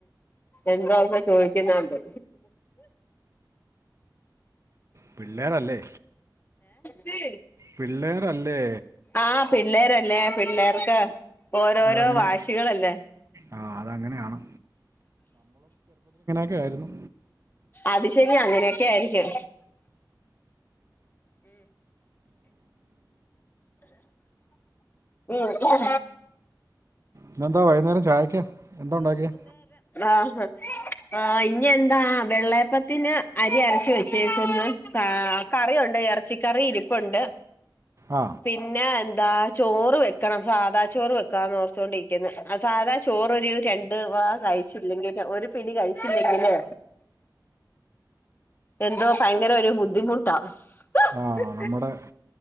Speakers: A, on the left; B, on the right.
A: എന്താ ന്ന് ചോദിക്കുന്നുണ്ട്
B: പിള്ളേരല്ലേ
A: സ്
B: പിള്ളേരല്ലേ
A: ആ പിള്ളേർ ലെ പിള്ളേർക്ക് ഓരോരോ
B: അതങ്ങനെ
A: വാശികളല്ലേ
B: ആ അതങ്ങനെയാണ് ക്കെയിരുന്നു
A: അത് ശനി അങ്ങനെയൊക്കെ ആയിരിക്കും ഉം ഉ
B: ഇന്നെന്താ വൈകുന്നേരം ചായക്എന്താ ഉണ്ടാക്കിയാ
A: ആ ആ ഇനി എന്താ വെള്ളയപ്പത്തിന് അരി അരച് വെച്ചേക്കന്ന് ആ കറിയുണ്ട് ഇറച്ചി കറി ഇരിപ്പുണ്ട്
B: ആ
A: പിന്നെ എ എതാ ചോറ് വെക്കണം സാധാ ചോറ് വെക്കാന്ന് ഓർത്തോണ്ടിരിക്കുന്നു സാധാ ചോറൊരു രണ്ട് വാ കഴിച്ചില്ലെങ്കില് ഒരു പിടി കഴിച്ചില്ലെങ്കില് എന്തോ ഭയങ്കര ഒരു ബുദ്ധിമുട്ടാ <unintelligible>
B: ആ നമ്മുടെ